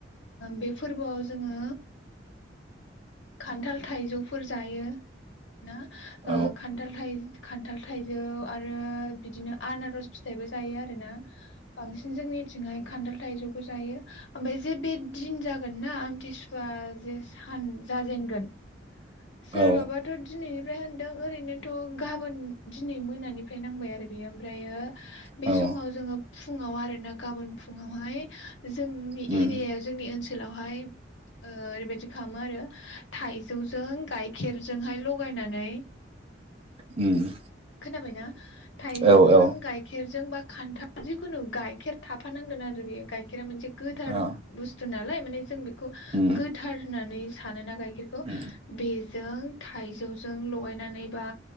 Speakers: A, on the left (about 80°); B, on the right (about 30°).
A: बे फोरबोआव जोङो खान्थाल थाइजौफोर जायो ना
B: औ
A: खान्थाल थाइ खा न्थाल थाइजौ आरो बिदिनो आनारस फिथाइबो जायो आरोना बांसिन जोंनिथिंहाय खान्थाल थाइजौखौ जायो ओमफ्राय जे बे दिन जागोन ना आमथिसुवा जे सान जाजेनगोन सोर
B: औ
A: बाबाथ' दिनैनो ओमफ्राय होनदों ओरैनोथ' गाबोन दिनै मोनानिफ्राय नांबाय आरो बेयो ओमफ्रायो बे
B: औ
A: समाव
B: औ
A: जोङो फुङाव आरोना गाबोन फुङावहाय जोंनि
B: उम
A: एरिया जोंनि ओनसोल फोरावहाय ओरैबायादि खालामो आरो थाइजौ जों गाइखेरजोंहाय लगायनानै
B: उम
A: खोनाबायना थाइजौजों
B: औ औ
A: गाइखेर जोंबा खान्थाल जिखुनु गाइखेर थाफानांगोन आरो बेयो गाय खेरा मोनसे गोथार
B: औ
A: बुस्थु नालाय माने जों खौ
B: उम
A: गोथार होनानै सानोना गाय खेरखौ
B: उम
A: बेजों थाइजौजों लगायनानै बा